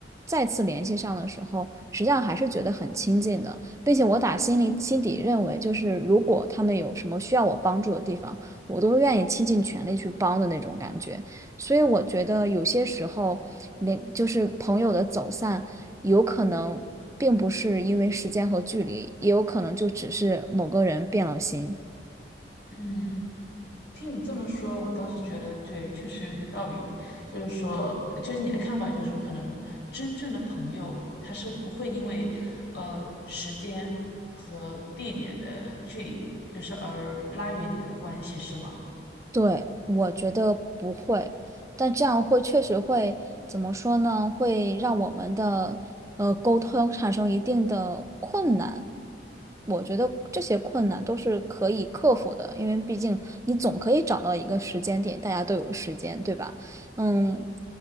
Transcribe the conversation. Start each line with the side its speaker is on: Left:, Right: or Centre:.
Right: 再次联系上的时候，实际上还是觉得很亲近的，并且我打心里心底认为，就是如果他们有什么需要我帮助的地方，我都是愿意倾尽全力去帮的那种感觉。所以我觉得有些时候，连就是朋友的走散，有可能并不是因为时间和距离，也有可能就只是某个人变了心。
Left: 嗯，听你这么说，我倒是觉得对，确实有些道理。就是说，就是你的看法，就是说，可能真正的朋友，他是不会因为呃时间和地点的距离，就是而拉远你们的关系，是吗？
Right: 对，我觉得不会，但这样会确实会怎么说呢？会让我们的呃沟通产生一定的困难。我觉得这些困难都是可以克服的，因为毕竟你总可以找到一个时间点，大家都有时间，对吧？嗯，